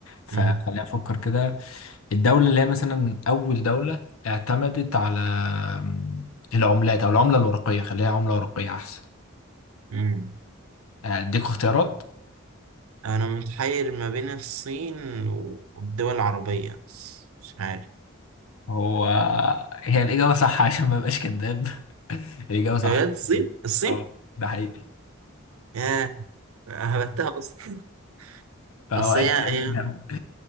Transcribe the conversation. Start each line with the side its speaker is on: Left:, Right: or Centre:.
Left: فخلينا
Right: مم.
Left: أفكر كده الدولة اللي هي مثلا أول دولة اعتمدت على آم، العملات أو العملة الورقية خليها عملة ورقية أحسن
Right: مم.
Left: آه، أديك اختيارات
Right: أنا متحير ما بين الصين والدول العربية مش عارف
Left: هو هي الإجابة صح عشان ما أبقاش كذاب <laughs> الإجابة
Right: بجد
Left: صح
Right: الصين الصين
Left: اه ده حقيقي
Right: ياه هبتها أصلا <laughs>
Left: فأوقات
Right: أصل هي
Left: الهبد
Right: هي-